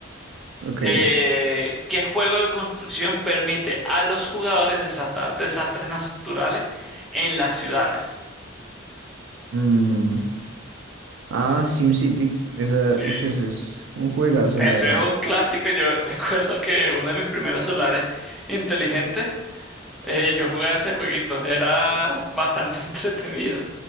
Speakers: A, on the right (about 70°); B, in the centre.
A: ok.
B: Eh, ¿qué juego de construcción permite a los jugadores desatar desastres naturales en las ciudades?
A: Mm, Ah, SimCity. Esa,
B: Sí,
A: uy, ese es un juegazo,
B: ese
A: la verdad.
B: es un clásico. Yo <laughs> recuerdo que uno de mis primeros celulares inteligentes Eh, yo jugaba ese jueguito, era bastante <laughs> entretenido.